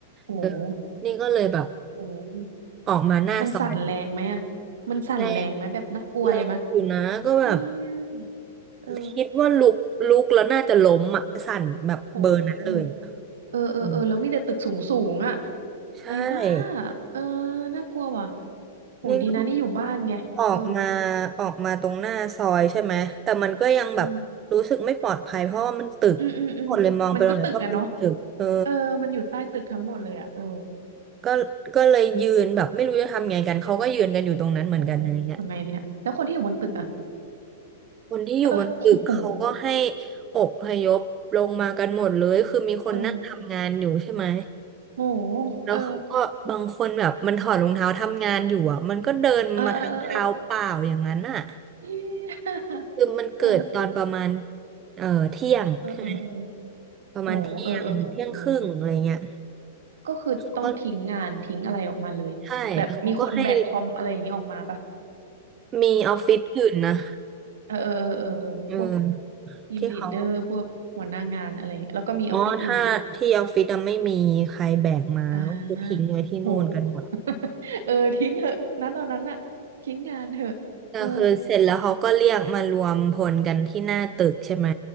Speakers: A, on the right; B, on the right.
A: โห
B: เออนี่ก็เลยแบบ
A: โห
B: ออกมาหน้าซอย
A: มันสั่นแรงไหมอ่ะมันสั่นแรงไหมแบบน่ากลัวเลยมะ
B: แรงแรงอยู่นะก็แบบ
A: เนี่ยเออ
B: คิดว่าลุกลุกแล้วน่าจะล้มอ่ะสั่นแบบเบอร์นั้นเลยอะ
A: โหเออเออเออแล้วมีแต่ตึกสูงสูงอ่ะ
B: อืมใช่
A: ไอ้บ้าเออน่ากลัวว่ะโหดีนะนี่อยู่บ้านไงเออ
B: นี่ก็ออกมาออกมาตรงหน้าซอยใช่ไหมแต่มันก็ยังแบบรู้สึกไม่ปลอดภัยเพราะว่ามันตึกทั้งหมดเลยมองไปตรงไหนก็เป็นตึกเออ
A: อืมอืมอืมอืมมันก็ตึกอะเนาะเออมันอยู่ใต้ตึกทั้งหมดเลยอะเออ
B: ก็ก็เลยยืนแบบไม่รู้จะทำไงกันเขาก็ยืนกันอยู่ตรงนั้นเหมือนกันอะไรเงี้ย
A: โหทำไงทีเนี้ยแล้วคนที่อยู่บนตึกอะ
B: คนที่อยู่บนตึกเขาก็ให้
A: เออโห
B: อพยพลงมากันหมดเลยคือมีคนนั่งทำงานอยู่ใช่ไหม
A: เออโห
B: แล้วเขาก็บางคนแบบมันถอดรองเท้าทำงานอยู่อ่ะมันก็เดินมาทางเท้าเปล่าอย่างนั้นอ่ะ
A: เออเออเออเออ เย้
B: คือมันเกิดตอนประมาณ
A: เออ
B: เอ่อเที่ยงใช่ไหม
A: เออเออเออ
B: ประมาณเที่ยงเที่ยงครึ่งอะไรเงี้ย
A: โหเออเออเออเออก็คือต้องทิ้งงานทิ้งอะไรออกมาเลยแบบมีคนแบกคอมอะไรอย่างนี้ออกมาปะ
B: เขาก็ใช่เขาก็ให้มีออฟฟิศอื่นนะ
A: เออเออเออเออเออพวก
B: เออ
A: ทีมลีดเดอร์พวกหัวหน้างานอะไรแล้วก็มีออฟฟิศอื่นค่ะ
B: ที่เขา อ๋อถ้าที่ออฟฟิศอะไม่มีใครแบกมาก็คือทิ้งไว้ที่นู่นกันหมด
A: อ่าโห <laughs> เออทิ้งเถอะนะตอนนั้นน่ะทิ้งงานเถอะเออ
B: ก็คือเสร็จแล้วเขาก็เรียกมารวมพลกันที่หน้าตึกใช่ไหม